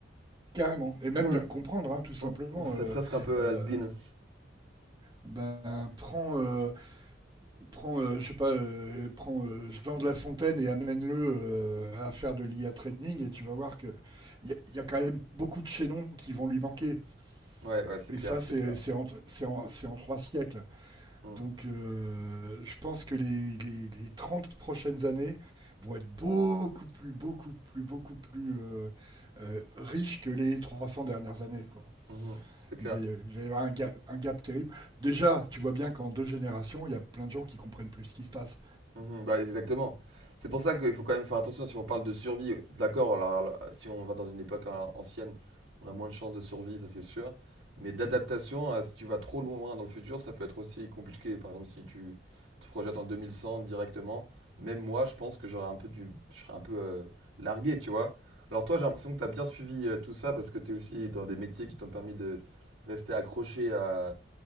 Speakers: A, on the right; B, on the right.
A: Carrément. Et même
B: Ouais.
A: de comprendre, hein, tout simplement.
B: On, on serait
A: Euh,
B: presque un peu
A: euh,
B: has-been.
A: ben, prends, euh, prends euh, je sais pas, euh, prends euh, Jean de La Fontaine et amène-le euh, à faire de l'IA training et tu vas voir que il y, a- y a quand même beaucoup de chaînons qui vont lui manquer.
B: Ouais, ouais, c'est
A: Et
B: clair,
A: ça, c'est
B: c'est clair.
A: c'est en, c'est en, c'est en trois siècles.
B: Mm.
A: Donc, euh, je pense que les, les, les 30 prochaines années vont être beaucoup plus, beaucoup plus, beaucoup plus euh, euh, riches que les 300 dernières années, quoi.
B: Mhm. C'est clair.
A: Il va, y- il va y avoir un gap, un gap terrible. Déjà, tu vois bien qu'en deux générations, il y a plein de gens qui comprennent plus ce qui se passe.
B: Mhm, bah, exactement. C'est pour ça qu'il faut quand même faire attention si on parle de survie. D'accord, alors, alors, si on va dans une époque hein, ancienne, on a moins de chances de survie, ça c'est sûr. Mais d'adaptation, à, si tu vas trop loin dans le futur, ça peut être aussi compliqué. Par exemple, si tu te projettes en 2100 directement, même moi, je pense que j'aurais un peu du, je serais un peu euh, largué, tu vois. Alors toi, j'ai l'impression que tu as bien suivi euh, tout ça parce que tu es aussi dans des métiers qui t'ont permis de rester accroché à,